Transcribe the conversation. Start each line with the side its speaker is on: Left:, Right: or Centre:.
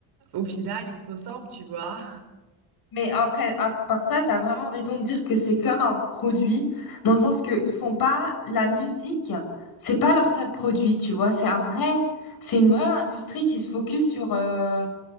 Right: au final, ils se ressemblent, tu vois.
Left: mais après, à part ça, t'as vraiment raison de dire que c'est comme un produit, dans le sens que ils font pas la musique, c'est pas leur seul produit, tu vois, c'est un vrai, c'est une vraie industrie qui se focus sur... euh,